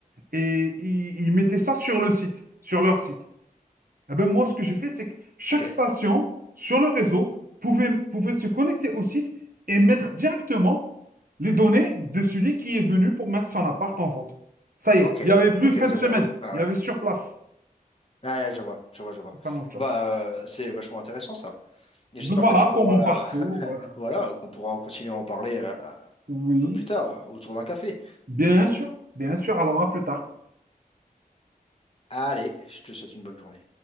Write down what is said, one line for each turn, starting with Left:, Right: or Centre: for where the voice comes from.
Right: et il, il mettait ça sur le site, sur leur site. Eh ben, moi, ce que j'ai fait, c'est que chaque
Left: Ok,
Right: station sur le réseau pouvait, pouvait se connecter au site et mettre directement les données de celui qui est venu pour mettre son appart en vente. Ça y
Left: ok,
Right: est, il n'y avait plus
Left: ok,
Right: fin
Left: je
Right: de semaine,
Left: vois, ouais. Ah
Right: il
Left: ouais.
Right: y avait sur place.
Left: Ah, ouais, je vois, je vois, je vois.
Right: C'est pas mon stage.
Left: Bah, euh, c'est vachement intéressant ça. Et
Right: Donc
Left: J'espère
Right: voilà
Left: que tu pourras,
Right: pour mon parcours.
Left: <laughs>
Right: euh,
Left: voilà, qu'on pourra continuer à en parler euh, un
Right: oui,
Left: peu plus tard euh, autour d'un café.
Right: bien sûr, bien sûr. Alors à plus tard.
Left: Allez, je te souhaite une bonne journée.